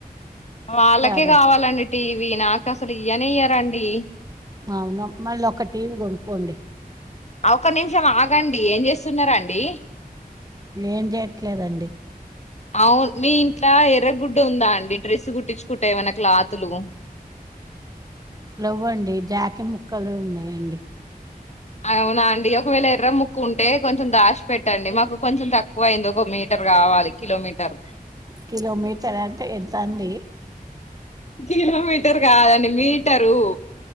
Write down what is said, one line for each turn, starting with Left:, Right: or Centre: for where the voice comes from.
Left: వాళ్ళకే
Right: సరే
Left: కావాలండి టీవీ నాకు అసలు ఈయనే ఇయ్యరండి
Right: అవును మళ్ళీ ఒక టీవీ కొనుక్కోండి
Left: ఒక నిమిషం ఆగండి ఏం చేస్తున్నారండి
Right: ఏం చేయట్లేదండి
Left: అవు మీ ఇంట్లో ఎర్ర గుడ్డ ఉందా అండి డ్రెస్ కుట్టించుకుంటా ఏమైనా క్లాతులు
Right: లేవ్వండి జాకీ ముక్కలు ఉన్నాయండి
Left: అవునా అండి ఒకవేళ ఎర్ర ముక్కు ఉంటే కొంచె కొంచెం దాచి పెట్టండి మాకు కొంచెం తక్కువ అయింది ఒక మీటర్ కావాలి కిలోమీటర్ ఉహూ
Right: కిలోమీటర్ అంటే ఎంత అండి
Left: కిలో మీ టరు కాదండి మీటరు